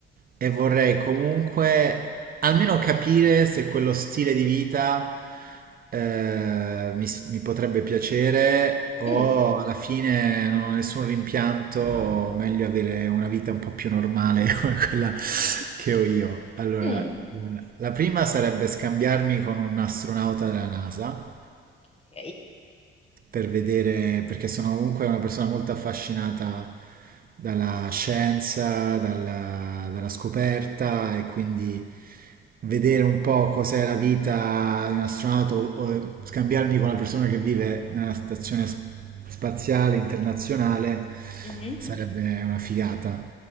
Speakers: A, on the right (about 45°); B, on the left (about 30°).
A: e vorrei comunque almeno capire se quello stile di vita eh, mi, s- mi potrebbe piacere o
B: mm,
A: alla fine non ho nessun rimpianto, o meglio avere una vita un po' più normale <laughs> come quella che ho io. Allora,
B: mm.
A: la prima sarebbe scambiarmi con un astronauta della NASA
B: Ok.
A: per vedere, perché sono comunque una persona molto affascinata dalla scienza, dalla, dalla scoperta e quindi vedere un po' cos'è la vita di un astronauta o o scambiarmi con una persona che vive nella stazione s- spaziale internazionale
B: Mhm.
A: sarebbe una figata.